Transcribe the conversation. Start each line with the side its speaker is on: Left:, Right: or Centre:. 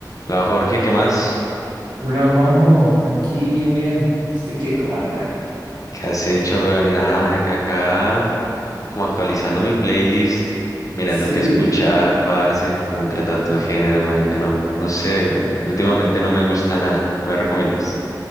Left: Hola Jorge, ¿qué más?
Right: Hola Juanjo, aquí bien, bien. ¿Usted qué, cómo anda?
Left: ¿Qué has hecho? weón? Nada, marica, acá como actualizando mi playlist, mirando
Right: Sí,
Left: qué escuchar, parce, como entre tantos géneros, marica, no, no sé, weón. Últimamente no me gusta nada, ¿tú me recomiendas?